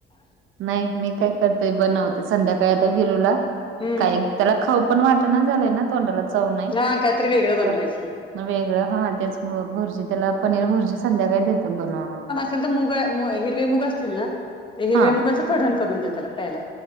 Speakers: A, on the right; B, on the left.
A: नाही मी काय करतेय बनवते संध्याकाळी आता विरूला
B: हम्म
A: काय. त्याला खाऊ पण वाट नाही झालंय ना तोंडाला चव नाही,
B: हा काहीतरी वेगळं बनवायचं
A: तर. वेगळं हा त्याच भुर्जी त्याला पनीर भुर्जी संध्याकाळी देतो बनवून मग.
B: अस तर मुग हिरवे मुग असतील ना, ते हिरव्या
A: हा
B: मुगाचं कढण करून द्या त्याला प्यायला.